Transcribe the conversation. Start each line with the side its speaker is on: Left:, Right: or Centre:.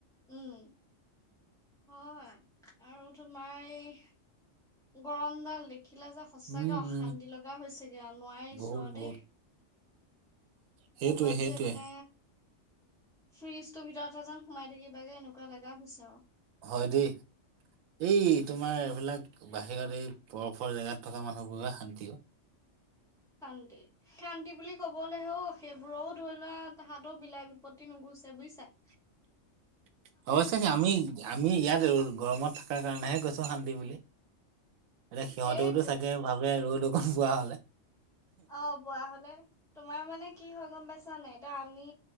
Centre: উম হয়। আৰু তোমাৰ এই গৰমডাল দেখিলে যে সঁচাকে
Right: উম
Centre: অশান্তি
Right: উম
Centre: লগা হৈছেগৈ আৰু। নোৱাৰিছো
Right: বহুত
Centre: আৰু
Right: বহুত
Centre: দেই।
Right: সেইটোৱে
Centre: ক'ৰবাত
Right: সেইটোৱে
Centre: যে মানে ফ্ৰিজটোৰ ভিতৰতহে যেন সোমাই থাকিবাগে, এনেকুৱা লগা হৈছে আৰু!
Right: হয় দেই! এই তোমাৰ, এইবিলাক বাহিৰত এই বৰফৰ জেগাত থকা মানুহবোৰৰহে শান্তি অ'।
Centre: শান্তি, শান্তি বুলি ক'বলেহে অ'। সেইবোৰৰো ধৰি লোৱা, তাহাঁতৰো বিলাই-বিপত্তি নুগু চে বুইছা!
Right: <inaudible> অৱশ্যে, আমি-আমি ইয়াত গৰমত থকাৰ কাৰণেহে কৈছো শান্তি বুলি! এতিয়া সিহঁতেওতো
Centre: সেইটোৱে
Right: চাগে ভাবে! ৰ'দ অকণ পোৱা হ'লে!
Centre: অ' পোৱা হ'লে, তোমাৰ মানে কি হয় গম পাইছা নাই? এতিয়া আমি